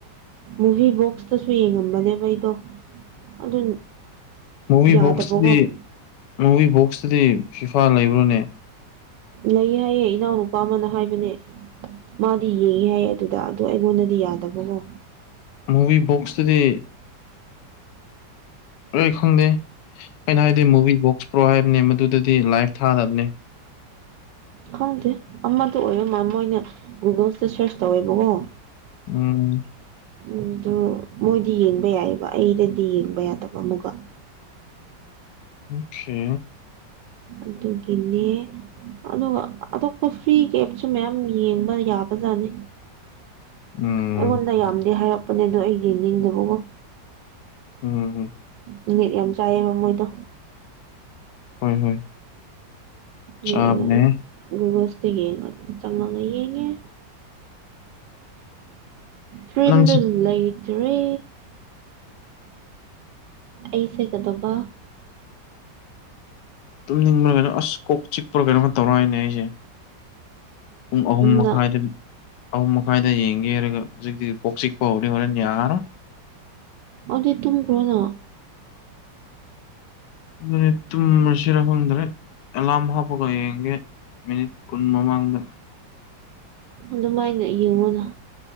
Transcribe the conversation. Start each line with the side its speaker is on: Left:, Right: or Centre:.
Right: ꯃꯨꯚꯤ ꯕꯣꯛꯁꯇꯁꯨ ꯌꯦꯡꯉꯝꯕꯅꯦꯕ ꯑꯩꯗꯣ ꯑꯗꯨ
Left: ꯃꯨꯚꯤ
Right: ꯌꯥꯗꯕꯀꯣ
Left: ꯕꯣꯛꯁꯇꯗꯤ ꯃꯨꯚꯤ ꯕꯣꯛꯁꯇꯗꯤ ꯐꯤꯐꯥ ꯂꯩꯕ꯭ꯔꯣꯅꯦ
Right: ꯂꯩ ꯍꯥꯏꯌꯦ ꯏꯅꯥꯎꯅꯨꯄꯥ ꯑꯃꯅ ꯍꯥꯏꯕꯅꯦ ꯃꯥꯗꯤ ꯌꯦꯡꯉꯤ ꯍꯥꯏ ꯑꯗꯨꯗ ꯑꯗꯨꯗꯣ ꯑꯩꯉꯣꯟꯗꯗꯤ ꯌꯥꯗꯕꯀꯣ
Left: ꯃꯨꯚꯣꯛꯁꯇꯗꯤ ꯑꯩ ꯈꯪꯗꯦ ꯑꯩꯅ ꯍꯥꯏꯕꯗꯤ ꯃꯨꯚꯤ ꯕꯣꯛꯁ ꯄ꯭ꯔꯣ ꯍꯥꯏꯕꯅꯦ ꯃꯗꯨꯗꯗꯤ ꯂꯥꯏꯚ ꯊꯥꯗꯕꯅꯦ
Right: ꯈꯪꯗꯦ ꯑꯃꯗ ꯑꯣꯏꯔ ꯃꯥ ꯃꯣꯏꯅ ꯒꯨꯒꯜꯁꯤꯗ ꯁꯔꯁ ꯇꯧꯋꯦꯕꯀꯣ
Left: ꯎꯝ
Right: ꯎ ꯑꯗꯨ ꯃꯣꯏꯗꯤ ꯌꯦꯡꯕ ꯌꯥꯏꯑꯕ ꯑꯩꯗꯗꯤ ꯌꯦꯡꯕ ꯌꯥꯗꯕ ꯑꯃꯒ <inaudible>
Left: ꯊ
Right: ꯑꯗꯨꯒꯤꯅꯦ ꯑꯗꯨꯒ ꯑꯇꯣꯞꯄ ꯐ꯭ꯔꯤ ꯀꯦꯞꯁꯨ ꯃꯌꯥꯝ ꯌꯦꯡꯕ ꯌꯥꯕꯖꯥꯠꯅꯤ
Left: ꯎꯝ
Right: ꯑꯩꯉꯣꯟꯗ ꯌꯥꯝꯗꯤ ꯍꯥꯏꯔꯛꯄꯅꯦ ꯑꯗꯣ ꯑꯩ ꯌꯦꯡꯅꯤꯡꯗꯕꯀꯣ
Left: ꯎꯝ
Right: ꯃꯤꯅꯤꯠ ꯌꯥꯝ ꯆꯥꯏꯑꯕ ꯃꯣꯏꯗꯣ
Left: ꯍꯣꯏ ꯍꯣꯏ
Right: ꯌꯦꯩꯅ
Left: ꯆꯥꯕꯅꯦ
Right: ꯨꯒꯜ ꯆ ꯌꯦꯡꯉ ꯑꯗꯨꯝ ꯆꯪꯉꯒ ꯌꯦꯡꯉꯦ ꯐꯔꯤꯝꯗꯨꯜ
Left: ꯅꯪꯁꯤ
Right: ꯂꯩꯇ꯭ꯔꯦ ꯑꯩꯁꯦꯒꯗꯧꯕ
Left: ꯇꯨꯝꯅꯤꯡꯕ꯭ꯔꯥ ꯀꯩꯅꯣ ꯑꯁ ꯀꯣꯛ ꯆꯤꯛꯄ꯭ꯔꯣ ꯀꯩꯅꯣ ꯈ ꯇꯧꯔꯛꯑꯏꯅꯦ ꯑꯩꯁꯦ ꯄꯨꯡ ꯑꯍꯨꯝ ꯃꯈꯥꯏꯗ
Right: ꯅ
Left: ꯑꯍꯨꯝ ꯃꯈꯥꯏꯗ ꯌꯦꯡꯒꯦꯔꯒ ꯍꯧꯖꯤꯛꯇꯤ ꯀꯣꯛ ꯆꯤꯛꯄ ꯍꯧꯔꯦ ꯍꯣꯔꯦꯟ ꯌꯥꯔ
Right: ꯑꯗꯨꯗꯤ ꯇꯝ ꯀ꯭ꯔꯣꯅ
Left: ꯑꯗꯨꯅꯤꯠꯇ ꯁꯤꯔꯈꯗ꯭ꯔꯦ ꯑꯦꯂꯃ ꯄꯒ ꯌꯦꯒꯦ ꯃꯤꯅꯤꯠ ꯈꯨꯟꯃꯗ
Right: ꯑꯗꯨꯃꯥꯏꯅ ꯌꯦꯡꯉꯨꯅ